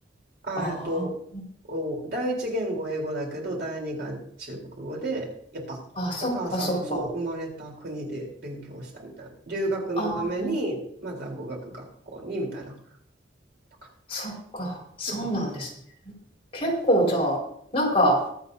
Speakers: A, on the right; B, on the left.
A: あえっと、
B: あ
A: お第一言語英語だけど、第二が中国語で、やっぱ、
B: あ。あ、そっか、
A: お母さんのそう生まれた国で勉強したみたいな。
B: そっか。
A: 留学のために、
B: ああ。
A: まずは語学学校にみたいなとか。
B: そっか、そうなんですね。
A: そうそうそう。
B: 結構じゃあ、なんか